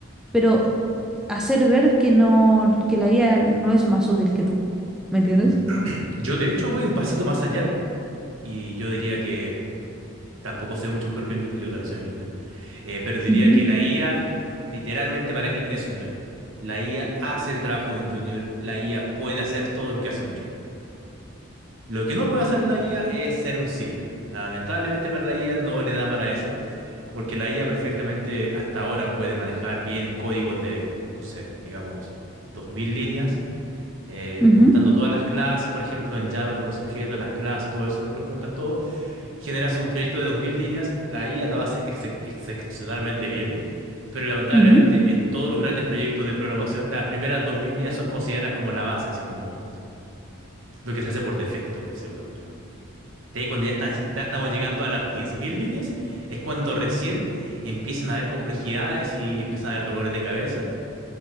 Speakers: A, in the centre; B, on the right.
A: pero hacer ver que no, que la IA no es más útil que tú. ¿Me entiendes?
B: <clears throat> Yo de hecho voy un pasito más allá Y yo diría que tampoco soy mucho mejor que un junior, yo también soy un junior. Eh, pero diría
A: Ujú,
B: que la IA, literalmente para mí, es un junior. La IA hace el trabajo de un junior, la IA puede hacer todo lo que hace un junior. Lo que no puede hacer la IA es ser un senior. Lamentablemente para la IA no le da para eso, porque la IA perfectamente hasta ahora puede manejar bien códigos de, no sé, digamos, 2000 líneas, eh,
A: ujú,
B: juntando todas las clases, por ejemplo, en Java con los objetos, las clases, todo eso, lo juntas todo generas un proyecto de 2000 líneas, la IA lo hace excep- excepcionalmente bien, pero lamentablemente
A: ujú.
B: en todos los grandes proyectos de programación, las primeras 2000 líneas son consideradas como la base, así como lo que se hace por defecto, por decirlo de alguna manera. De ahí cuando ya, está- ya estamos llegando a las 10.000 líneas, es cuando recién empiezan a haber complejidades y empiezan a haber dolores de cabeza.